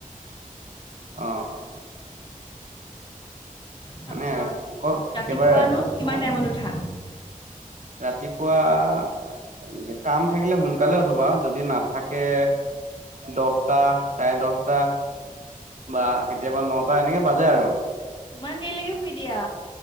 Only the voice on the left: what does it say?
তাৰপিছত
ৰাতিপুৱানো
কিমান টাইমত
উঠা?
আচ্ছা
ইমান দেৰিলৈকে শুই দিয়া?